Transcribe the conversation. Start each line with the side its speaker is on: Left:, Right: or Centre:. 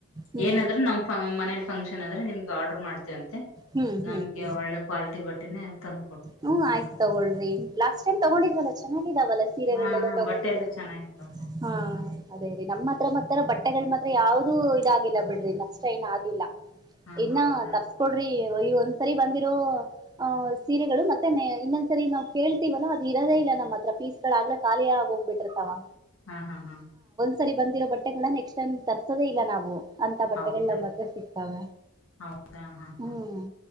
Right: ಹ್ಮ್
Left: ಏನಾದ್ರೂ ನಮ್ ಮನೇಲಿ ಫಂಕ್ಷನ್. ಅಂದ್ರೆ ನಿಮ್ ಗಾ ಆರ್ಡರ್ ಮಾಡ್ತೇವಂತೆ
Right: ಹ್ಮ್ ಹ್ಮ್
Left: ನಮ್ಗೆ
Right: ಹ್ಮ್
Left: ಒಳ್ಳೆ ಕ್ವಾಲಿಟಿ ಬಟ್ಟೆನೆ ತಂ
Right: ಹ್ಮ್ ಆಯ್ತ ತಗೋಳ್ರಿ ಲಾಸ್ಟ್ ಟೈಮ್ ತಗೊಂಡಿದ್ರಲ್ಲ ಚೆನ್ನಗ್ ಇದಾವಲ್ಲ ಸೀರೆಗಳೆಲ್ನೆಲ್ಲ
Left: ಹಾ ಹಾ
Right: ತಗೊಂಡಿದ್ರಲ್ಲ
Left: ಬಟ್ಟೆ ಎಲ್ಲ ಚೆನ್ನಾಗಿತ್ತು
Right: ಹ ಅದೇ ರೀ ನಮ್ ಹತ್ರ ಮಾತ್ರ ಬಟ್ ಬಟ್ಟೆಗಳ್ ಮಾತ್ರ ಯಾವ್ದು ಇದಾಗಿಲ್ಲ ಬಿಡ್ರಿ ನಷ್ಟ ಏನ್ ಆಗಿಲ್ಲ.
Left: ಹಾ
Right: ಇನ್ನ
Left: ಹೌದಾ
Right: ತರ್ಸ್ಕೊಡ್ರಿ. ಓ ಈ ಒಂದ್ಸರಿ ಬಂದಿರೋ. ಹ ಸೀರೆ. ದನೆ ಇನ್ನೊಂದ್ಸರಿ ನಾವ್ ಕೇಳ್ತಿವಲ್ಲ ಅದ್ ಇರದೇ ಇಲ್ಲ ನಮ್ಮ ಹತ್ರ ಪೀಸ್ಗಳ ಆಗ್ಲೇ ಖಾಲಿ ಆಗ್ ಹೋಗ್ಬಿಟಿರ್ತಾವ.
Left: ಹಾ ಹಾ ಹಾ.
Right: ಸರಿ ಬಂದಿರೋ ಬಟ್ಟೆಗಳನ್ನ ನೆಕ್ಸ್ಟ್ ಟೈಮ್ ತರ್ಸೊದೇ ಇಲ್ಲ ನಾವು. ಅಂತ ಬಟ್ಟೆಗಳಲ್
Left: ಹೌದಾ
Right: ನಮ್ ಹತ್ರ ಸಿಗ್ತಾವ
Left: ಹೌದಾ ಹಾ ಹಾ
Right: ಹ್ಮ್